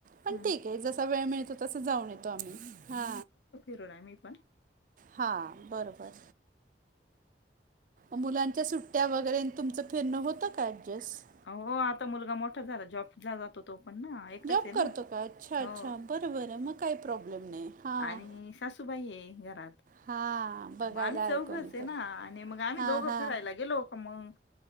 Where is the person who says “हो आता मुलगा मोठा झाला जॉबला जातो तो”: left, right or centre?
Left